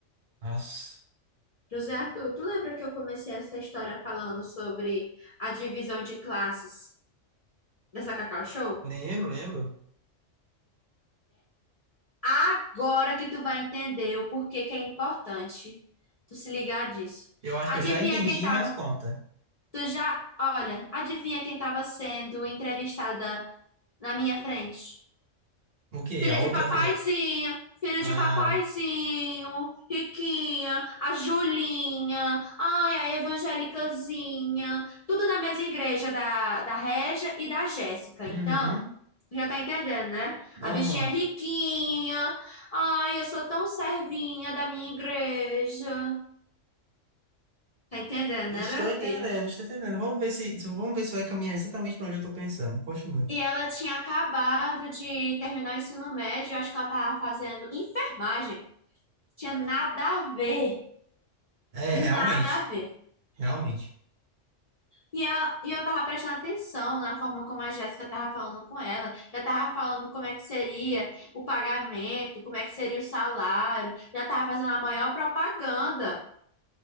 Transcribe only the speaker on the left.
José Arthur, tu lembra que eu comecei essa história falando sobre a divisão de classes dessa Cacau Show?
Agora que tu vai entender o porquê que é importante tu se ligar disso.
Adivinha
quem tava?
Tu já, olha, adivinha quem tava sendo entrevistada na minha frente?
Filha
de papaizinho,
filho
de papaizinho, Riquinha, a Julinha, ai, a evangélicazinha, tudo da mesma igreja da, da Régia e da Jéssica.
Então, já tá entendendo, né?
A bichinha é riquinha, ai, eu sou tão servinha da minha igreja. Tá entendendo, né,
meu filho?
E ela tinha acabado de terminar o ensino médio, eu acho que ela tava fazendo enfermagem, tinha nada a ver.
Nada
a ver.
E, ela, e eu tava prestando atenção na forma como a Jéssica tava falando com ela. Já tava falando como é que seria o pagamento, como é que seria o salário. Já tava fazendo a maior propaganda